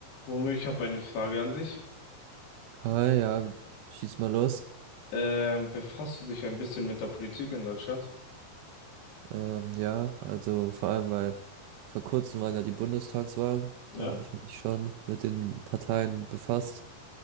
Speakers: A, on the left (about 80°); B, on the right (about 80°).
A: Womit ich habe eine Frage an dich.
B: Hi, ja, schieß mal los.
A: Ähm, befasst du dich ein bisschen mit der Politik in Deutschland?
B: Ähm, ja, also vor allem, weil vor kurzem waren ja die Bundestagswahlen.
A: Ja.
B: Da habe ich mich schon mit den Parteien befasst.